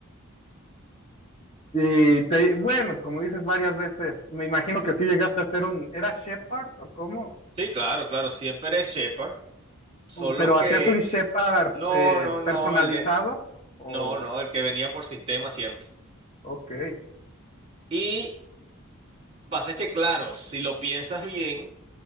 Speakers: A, on the left; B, on the right.
A: Y te- bueno, como dices varias veces, me imagino que sí llegaste a hacer un, ¿era Shepard o cómo?
B: Sí, claro, claro, siempre es Shepard. Solo
A: O- Pero hacías
B: que,
A: un Shepard
B: no,
A: eh,
B: no, no,
A: personalizado
B: el de,
A: o...
B: no, no, el que venía por sistema siempre.
A: Ok.
B: Y pasa es que, claro, si lo piensas bien,